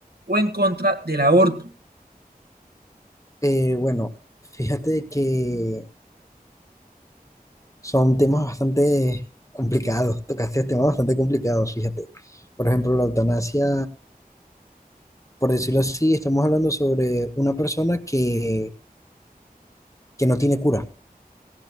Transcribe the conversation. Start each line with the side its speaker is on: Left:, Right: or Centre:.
Right: o en contra del aborto.
Left: eh, bueno, fíjate que Son temas bastante complicados, tocaste temas bastante complicados, fíjate. Por ejemplo, la eutanasia, por decirlo así, estamos hablando sobre una persona que, que no tiene cura.